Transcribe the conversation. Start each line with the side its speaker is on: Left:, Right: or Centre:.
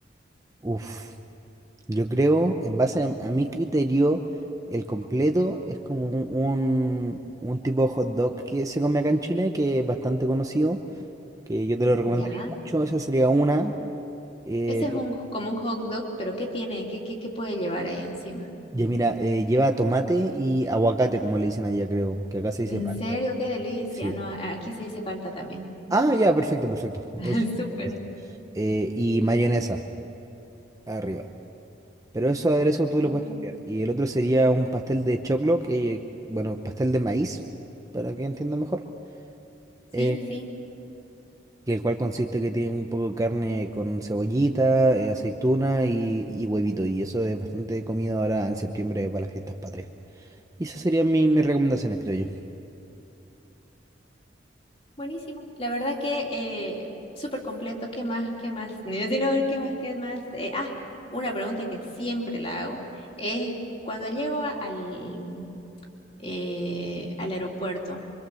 Right: uff. Yo creo, en base a, a mi criterio, el completo es como un, un, un tipo de hot dog que se come acá en Chile, que es bastante conocido, que yo te lo recomendaría
Left: Ya.
Right: mucho, esa sería una. Eh,
Left: Ese es
Right: te-
Left: un, como un hot dog, pero ¿qué tiene? ¿Qué, qué, qué puede llevar ahí encima?
Right: ya mira, eh, lleva tomate y aguacate, como le dicen allá, creo, que acá se dice
Left: En
Right: palta.
Left: serio, qué delicia.
Right: Sí.
Left: No, aquí se dice palta también.
Right: Ah, ya, perfecto, perfecto. Entonces,
Left: <laughs> Súper.
Right: eh, y mayonesa arriba. Pero eso aderezo tú
Left: Mm.
Right: lo puedes cambiar. Y el otro sería un pastel de choclo, que, bueno, pastel de maíz, para que entienda mejor
Left: Sí,
Right: eh,
Left: sí,
Right: que el cual consiste que tiene un poco de carne con cebollita, eh, aceituna y, y huevito. Y eso es bastante comida ahora en septiembre para las fiestas patrias. Y esas serían mi- mis recomendaciones, creo yo.
Left: buenísimo. La verdad que eh, súper completo. ¿Qué más? ¿Qué más? <laughs> No, si no, ¿qué más? ¿Qué más? Eh, ah, una pregunta que siempre la hago es cuando llego a- al, eh, al aeropuerto,